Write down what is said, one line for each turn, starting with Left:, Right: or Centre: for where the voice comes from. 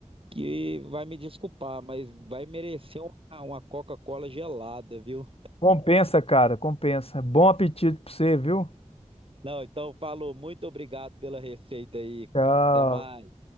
Right: que vai me desculpar, mas vai merecer uma, uma Coca-Cola gelada, viu?
Left: Compensa, cara, compensa. Bom apetite pra você, viu?
Right: Não, então falou, muito obrigado pela receita aí.
Left: Tchau.
Right: Até mais.